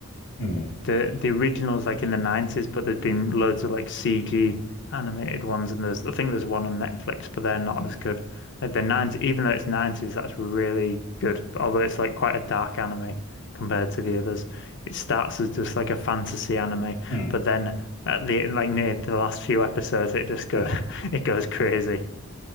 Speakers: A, on the left; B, on the left.
A: Mm.
B: the the originals like in the 90s, but there's been loads of like CG animated ones, and there's I think there's one on Netflix, but they're not
A: Mm.
B: as good. Like the 90s, even though it's 90s, that's really good. But although it's like quite a dark anime compared
A: Yeah.
B: to the others, it starts as just like a fantasy anime,
A: Mm.
B: but then at the like near the last few episodes, it just goes
A: Mm.
B: <laughs> it goes crazy